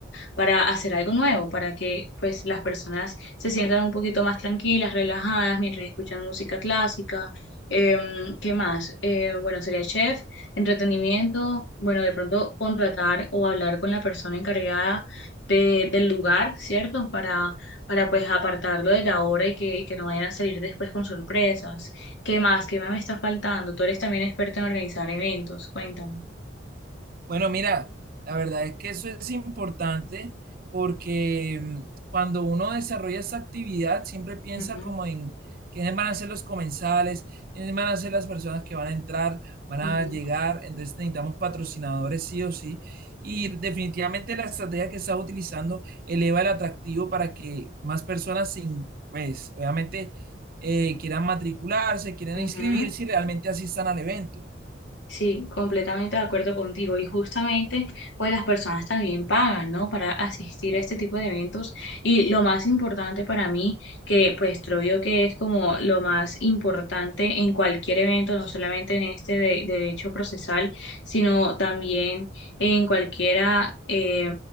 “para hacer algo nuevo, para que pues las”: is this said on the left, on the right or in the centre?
Left